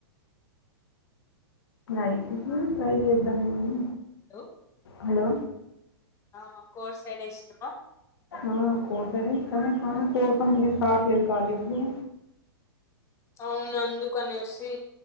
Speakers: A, on the left; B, on the left.
A: ఐటి సైడ్ ట్రై చేద్దామని
B: హలో
A: హలో
B: ఆ కోర్ సైడే ఇష్టమా
A: ఆ కోర్ సైడే ఇష్టమే కానీ కోర్ కంపెనీస్ రాట్లేదు కాలేజ్లో
B: అవును అందుకనేసి